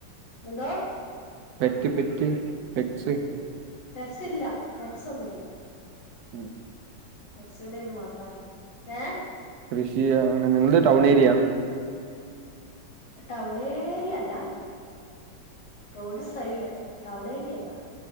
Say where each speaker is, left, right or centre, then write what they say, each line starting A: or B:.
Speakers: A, on the left; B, on the right.
A: എന്തോ?
B: പെറ്റ് പെറ്റ് പെറ്റ്സ്
A: പെറ്റ്സില്ല, പെറ്റ്സൊന്നുല്ല.
B: ഉം
A: പെറ്റ്സ്കളെ ഒന്നും വളർത്താറില്ല. ഏഹ്
B: കൃഷീ അങ്ങനെ നിങ്ങളുടെ ടൗണേരിയാ?
A: ടൗണേരിയ അല്ല, റോഡ് സൈഡ്. ടൗണേരിയ അല്ല.